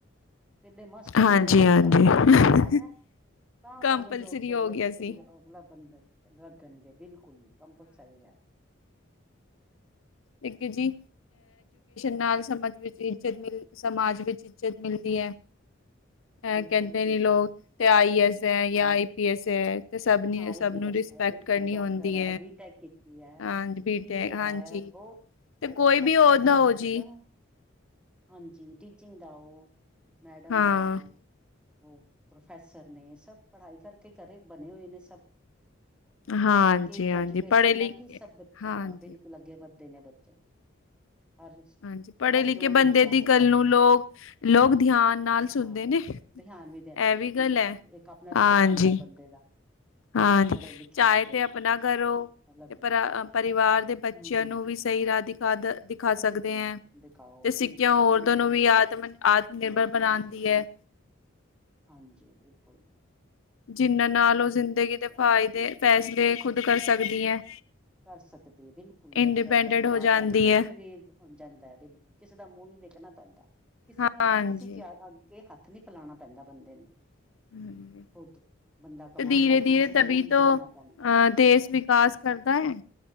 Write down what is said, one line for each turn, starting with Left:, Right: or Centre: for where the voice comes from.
Centre: ਕਹਿੰਦੇ ਮਸਟ ਹੋ
Left: ਹਾਂਜੀ
Centre: ਜਾਂਦਾ ਵੀ
Left: ਹਾਂਜੀ
Centre: ਤੁਹਾਨੂੰ ਕੰਪਿਊਟਰ ਆ ਰਿਹਾ ਤਾਂ
Left: ਕੰਪਲਸਰੀ
Centre: ਤੁਹਾਨੂੰ ਜੋ
Left: ਹੋ
Centre: ਅਗਲੇ
Left: ਗਿਆ
Centre: ਬੱਚੇ
Left: ਸੀ
Centre: ਵੀ ਅਗਲਾ ਬੰ ਲੱਗਣਗੇ ਬਿਲਕੁਲ ਕੰਪਲਸਰੀ ਹੈ
Left: ਇਕ ਜੀ ਨਾਲ ਸਮਾਜ ਵਿੱਚ ਇੱਜਤ ਮਿਲ ਸਮਾਜ ਵਿੱਚ ਇੱਜਤ ਮਿਲਦੀ ਹੈ
Centre: ਬਿਲਕੁਲ
Left: ਅ ਕਹਿੰਦੇ
Centre: ਮਿਲਦੀ
Left: ਨੀ ਲੋਕ ਤੇ ਆਈਏ ਐਸ ਹੈ ਜਾਂ
Centre: ਹਾਂ।
Left: ਆਈ ਪੀ ਐਸ ਹੈ ਤੇ ਸਭ ਨੇ
Centre: ਹਾਂ, ਆਈ
Left: ਸਭ
Centre: ਪੀ
Left: ਨੂੰ
Centre: ਐਸ
Left: ਰਿਸਪੈਕਟ
Centre: ਹੈ। ਬਿਲਕੁਲ
Left: ਕਰਨੀ
Centre: ਡਾਕਟਰ
Left: ਹੁੰਦੀ
Centre: ਹੈ। ਬੀਟੈਕ ਕੀਤੀ ਹੈ।
Left: ਹਾਂਜੀ ਬੀਟੈਕ
Centre: ਇਹ
Left: ਹਾਂਜੀ
Centre: ਹੈ। ਬਹੁਤ,
Left: ਤੇ
Centre: ਬਹੁਤ
Left: ਕੋਈ
Centre: ਰਸਤੇ
Left: ਵੀ ਉਹਦਾ
Centre: ਨੇ, ਬੱਚੇ
Left: ਹੋ ਜੀ
Centre: ਦਾ। ਹਾਂਜੀ, ਟੀਚਿੰਗ ਦਾ ਓ, ਮੈਡਮ
Left: ਹਾਂ
Centre: ਦਾ ਓ। ਉਹ ਪ੍ਰੋਫੈਸਰ ਨੇ। ਸਭ ਪੜਾਈ ਕਰਕੇ, ਕਰੇ ਬਣੇ ਹੋਏ ਨੇ ਸਭ।
Left: ਹਾਂਜੀ
Centre: ਪੜ੍ਹਕੇ ਹੀ
Left: ਹਾਂਜੀ
Centre: ਐਜੂਕੇਸ਼ਨ
Left: ਪੜ੍ਹੇ ਲਿਖੇ
Centre: ਨਾਲ ਹੀ ਸਭ ਬੱਚਾ
Left: ਹਾਂਜੀ
Centre: ਬਿਲਕੁਲ ਲੱਗੇ ਵੱਧਦੇ ਨੇ ਬੱਚੇ
Left: <unintelligible>
Centre: ਹਰ
Left: <inaudible> ਹਾਂਜੀ ਪੜ੍ਹੇ
Centre: ਹਰ
Left: ਲਿਖੇ
Centre: ਜ਼ੋਨ
Left: ਬੰਦੇ
Centre: ਵਿੱਚ ਜਾ
Left: ਦੀ
Centre: ਸਕਦਾ
Left: ਗੱਲ ਨੂੰ
Centre: ਬੱਚਾ
Left: ਲੋਕ ਲੋਕ ਧਿਆਨ ਨਾਲ ਸੁਣਦੇ
Centre: ਹਾਂ
Left: ਨੇ
Centre: ਧਿਆਨ ਵੀ ਦਿੰਦੇ
Left: ਇਹ ਵੀ
Centre: ਨੇ ਬਿਲਕੁਲ
Left: ਗੱਲ ਹੈ
Centre: ਇੱਕ ਆਪਣਾ ਰੁਤਬਾਣਂਦਾ
Left: ਹਾਂਜੀ
Centre: ਬੰਦੇ ਦਾ
Left: ਹਾਂਜੀ
Centre: ਪੜ੍ਹੇ ਲਿਖੇ
Left: ਚਾਹੇ
Centre: ਬੱਚੇ
Left: ਤੇ
Centre: ਦਾ
Left: ਆਪਣਾ ਕਰੋ
Centre: ਅਲੱਗ
Left: ਤੇ ਪਰ ਪਰਿਵਾਰ ਦੇ ਬੱਚਿਆਂ
Centre: ਹੂੰ ਹੂੰ
Left: ਨੂੰ ਵੀ ਸਹੀ ਰਾਹ ਦਿਖਾ ਖਾ ਸਕਦੇ
Centre: ਹੂੰ ਹੂੰ
Left: ਹੈ
Centre: ਦਿਖਾਓ
Left: ਤੇ ਸਿੱਕਿਆ
Centre: ਬਿਲਕੁਲ
Left: ਔਰਤਾਂ
Centre: ਬਿਲਕੁਲ
Left: ਨੂੰ ਵੀ ਆਤਮ ਆਤਮ ਨਿਰਭਰ ਬਣਾਉਣਦੀ ਹੈ
Centre: ਹਾਂਜੀ ਬਿਲਕੁਲ
Left: ਜਿਨਾਂ ਨਾਲ ਉਹ ਜ਼ਿੰਦਗੀ
Centre: ਓਕੇ
Left: ਦੇ ਫਾਇਦੇ ਫੈਸਲੇ ਖੁਦ ਕਰ ਸਕਦੀ ਹੈ
Centre: ਕਰ ਸਕਦੇ ਹੋ, ਬਿਲਕੁਲ
Left: ਇੰਡੀਪੈਂਡੈਂਟ
Centre: ਬੱਚਾ ਬਾਹਰ
Left: ਹੋ ਜਾਂਦੀ
Centre: ਜਾ ਕੇ। ਕਿਧਰੇ
Left: ਹੈ
Centre: ਵੀ ਜਾਂਦਾ ਹੈ। ਬਿਲਕੁਲ ਕਿਸੇ ਦਾ ਮੂੰਹ ਨੀ ਦੇਖਣਾ ਪੈਂਦਾ। ਕਿਸੇ,
Left: ਹਾਂਜੀ
Centre: ਕਿਸੀ ਕ- ਕੇ ਹੱਥ ਨੀ ਫੈਲਾਣਾ ਪੈਂਦਾ, ਬੰਦੇ ਨੂੰ।
Left: <inaudible>
Centre: ਖੁਦ ਬੰਦਾ ਕਮਾਉਣ
Left: ਤੇ, ਧੀਰੇ-
Centre: ਲੱਗ ਜਾੇ
Left: ਧੀਰੇ
Centre: ਕਿਸੇ ਦਾ
Left: ਤਭੀ
Centre: ਮੂੰਹ ਨੀ
Left: ਤੋਂ,
Centre: ਦੇਖਣਾ
Left: ਅਹ
Centre: ਪੈਂਦਾ
Left: ਦੇਸ ਵਿਕਾਸ
Centre: ਬਿਲਕੁਲ
Left: ਕਰਦਾ ਹੈ।